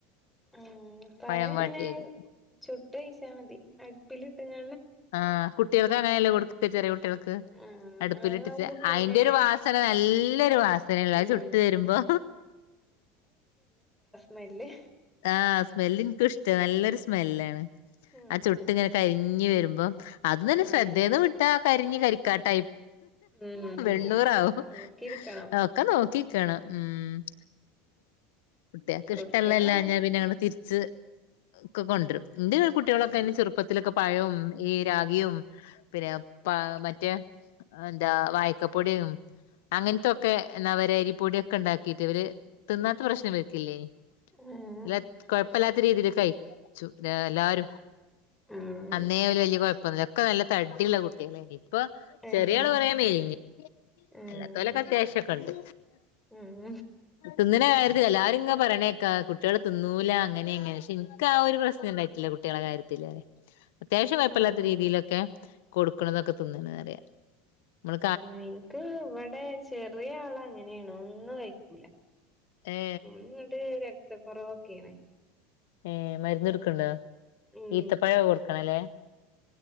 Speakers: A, in the centre; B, on the left.
A: ഉ പഴ
B: പഴം
A: ഇങ്ങനെ
B: വാട്ടിയത്
A: ചുട്ട് കഴിച്ചാ മതി അടുപ്പിലിട്ടങ്ങ
B: ആഹ കുട്ടികൾക്ക് അങ്ങനെയല്ലേ കൊടുക്ക ചെറിയ കുട്ടികൾക്ക്
A: ആഹ്
B: അടുപ്പിലിട്ടിച്ച്
A: അതാവുമ്പോ പിന്നെ
B: അയിന്റെ ഒരു വാ നല്ലൊരു വാസനള്ള
A: ഉം
B: അത് ചുട്ടു വരുമ്പോ
A: മി
B: ആഹ സ്മെല് എനിക്കും ഇഷ്ട നല്ലൊരു സ്മെല്ലാണ്
A: ആഹ്
B: ആ ചുട്ട് ഇങ്ങനെ കഴ വരുമ്പോ അത് തന്നെ
A: ആഹ്
B: ശ്രദ്ധേൽന്ന് വിട്ട കരി കരിക്കാട്ട
A: ഉം
B: വെണ്ണൂറാവും
A: നോക്കിയിരിക്കണം
B: ഒക്കെ നോക്കി ഉം കുട്ടികക്ക്
A: കുട്ട്യാള
B: ഇഷ്ടല്ല എല്ലാര തിരി ഒെ കൊും കുട്ടികളൊക്കെ
A: ഉം
B: ചെറുപ്പത്തിലൊക്കെ പഴവും രാഗിയും പിന്നെ പ മറ്റേ എന്താ വായക്കപ്പൊടിയും അങ്ങനത്തൊക്കെ എന്താ അവ അരിപ്പൊടിയൊക്കെ ഉണ്ടാക്കിട്ട് ഇവര് തിന്നാത്ത പ്രശ്നം വക്കില്ലേ
A: ആഹ്
B: ഇല്ല പ്പല്ലാത്ത രീതിൽ കൈ എല്ലാരും
A: ആഹ്
B: അന്നേ വല്ിയ കുഴപ്പൊന്നില്ല ഒക്കെ നല്ല തടിിയുള്ള കുട്ടികള ഇനി ഇപ്പൊ
A: ആഹ്
B: ചെറിയ ആള് പറയാൻ മേഞ്ഞ
A: ആഹ്
B: അല്ലാ തലക്ക അത്യാവശ്യംൊക്കെ ഉണ്ട്
A: ഉം
B: ുന്നിനെ കാര്യത്തില്ല ആരും ഇങ്ങ പറയണേ കുട്ടികെ തിന്നൂല അങ്ങനെ എങ്ങനെ പക്ഷെ എനിക്ക ആ ഒരു പ്രശ്നം ഉണ്ടായിട്ടില്ല കുട്ടികളെ കാര്യത്തി അത്യാവശ്യം വയപ്പമല്ലാത്ത
A: ആഹ് ആഹ്
B: രീതിയിലൊക്കെ കൊടുക്കണ എന്നൊക്കെ തിന്നണറിയ നമ്മ
A: നിനിക്ക് ഇവിടെ ചെറിയ ആള അങ്ങനെയണോ ഒന്നും കഴിക്കൂല
B: ഏ
A: നിങ്ങട്ട് രക്തക്കറവൊക്കെയണേ
B: ഏർ മരുന്ന് എടുക്കണ്ടോ
A: ഉം
B: ഈത്ത പഴമ കൊടുക്കണല്ലേ